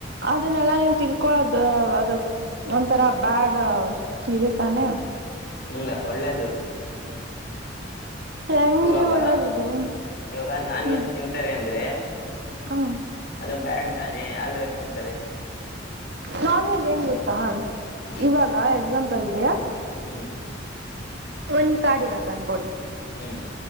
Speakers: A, on the right; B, on the left.
A: ಅದನ್ನೆಲ್ಲಾ ನೀವು ತಿಳ್ಕೊಳದು ಅದಕ್ ಒಂಥರಾ ಬ್ಯಾಡ್ ಇದೆ ತಾನೆ
B: ಇಲ್ಲ ಒಳ್ಳೇದು ಅದು
A: ಹಂಗ್ರಿಒಳ್ಳದೋ
B: ಇವಾಗ ಇವಾಗ ನಾನ್
A: ಹ್ಮ
B: ವೆಜ್ ತಿಂತಾರೆ ಅಂದ್ರೆ
A: ಹ
B: ಅದು ಬ್ಯಾಡ್ ತಾನೆ ಆದ್ರೂ ಯಾಕೆ ತಿಂತಾರೆ
A: ನಾನ್ ವೆಜ್ ಹೆಂಗ ಗೊತ್ತಾ
B: ಹ್ಮ್
A: ಇವಾಗ ಎಕ್ಸಾಂಪಲ್ ಗೆ
B: ಹ್ಮ್
A: ಒಂದ್ ಕಾರ್ಡ್ ಇರತ್ತ ಅನ್ಕೊಳ್ಳಿ
B: ಹ್ಮ್